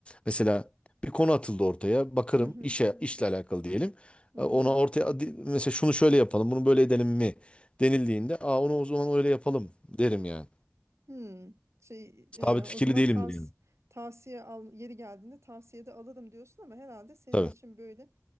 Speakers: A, on the left (about 25°); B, on the right (about 75°).
A: mesela bir konu atıldı ortaya. Bakarım
B: hı hı,
A: işe işle alakalı diyelim.
B: hı
A: E, Ona
B: hı.
A: ortaya di- mesela şunu şöyle yapalım, bunu böyle edelim mi denildiğinde, aa onu o zaman öyle yapalım derim yani.
B: Hmm, şey,
A: Sabit
B: e, o
A: fikirli
B: zaman
A: değilimdir
B: tavs
A: yani.
B: tavsiye al yeri geldiğinde tavsiye de alırım diyorsun ama herhalde senin
A: Tabii.
B: için böyle